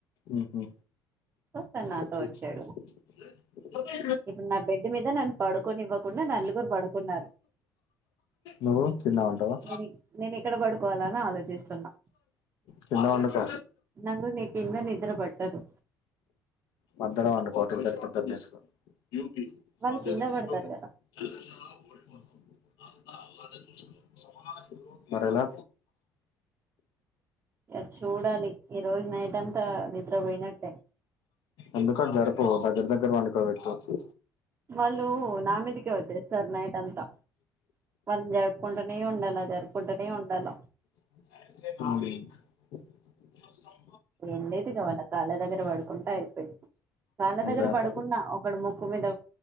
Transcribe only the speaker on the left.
ఉహు
ఒకే
నువ్వు తిన్నా అంటావా
కింద వండుకో
మధ్యల <unintelligible> పెద్దది చేసుకు <unintelligible>
మరేలా
అందుకని జరపు దగ్గర దగ్గర వండుకోవెట్టొద్దు
హు
అంతే
అంత